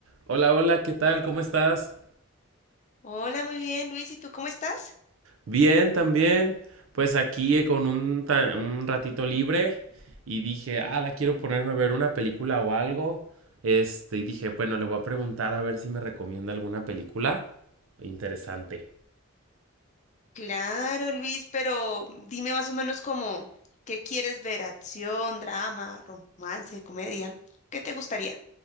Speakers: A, on the right; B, on the left.
A: Hola, hola, ¿qué tal? ¿Cómo estás?
B: Hola, muy bien, Luis. ¿Y tú cómo estás?
A: Bien, también. Pues aquí eh, con un, ta- un ratito libre y dije, ah, la quiero ponerme a ver una película o algo. Este, y dije, bueno, le voy a preguntar a ver si me recomienda alguna película interesante.
B: Claro, Luis, pero dime más o menos como, ¿qué quieres ver? ¿Acción, drama, romance, comedia? ¿Qué te gustaría?